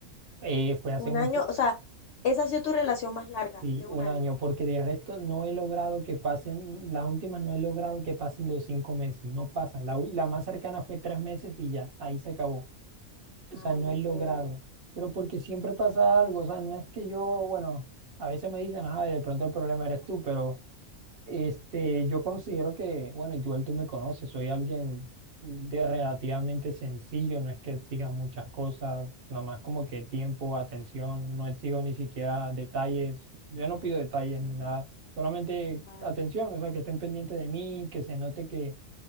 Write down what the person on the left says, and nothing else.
un
año, o sea, esa ha sido tu relación más larga,
de
un año.
Ah,
entiendo.
Mm,
Vale.